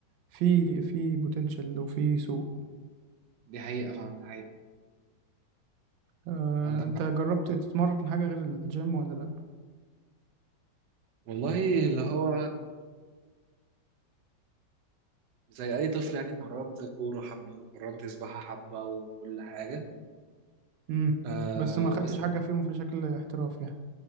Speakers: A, on the right; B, on the right.
A: في في بوتنشال وفي سوق
B: دي حقيقه فعلا دي حقيقه
A: آه،
B: عندك
A: انت
B: حق
A: جربت تتمرن حاجة غير الجيم ولا لا
B: والله اللي هو زي أي طفل يعني اتمرنت كورة حبة واتمرنت سباحة حبة وكل حاجة
A: امم
B: آه
A: بس ما خدتش
B: بس
A: حاجة فيهم في شكل احتراف يعني